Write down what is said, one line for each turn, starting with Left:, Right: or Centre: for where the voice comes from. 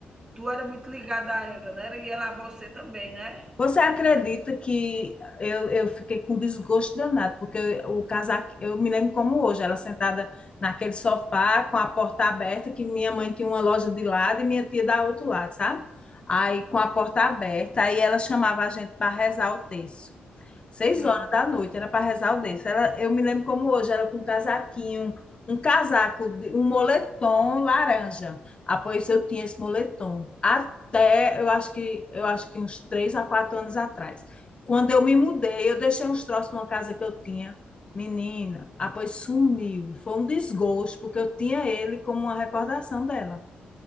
Right: tu era muito ligada a ela, né? E ela a você também, né?
Left: Você acredita que eu, eu fiquei com desgosto danado, porque eu, o casaco, eu me lembro como hoje, ela sentada naquele sofá com a porta aberta, que minha mãe tinha uma loja de lado e minha tia da outro lado, sabe? Aí com a porta aberta, aí ela chamava a gente para rezar o terço. Seis
Right: Sim.
Left: horas da noite, era para rezar o terço. Ela, eu me lembro como hoje, era com um casaquinho, um casaco, de- um moletom laranja. Ah, pois eu tinha esse moletom. Até, eu acho que, eu acho que uns três a quatro anos atrás. Quando eu me mudei, eu deixei uns troços numa casa que eu tinha. Menina, ah, pois sumiu. Foi um desgosto, porque eu tinha ele como uma recordação dela.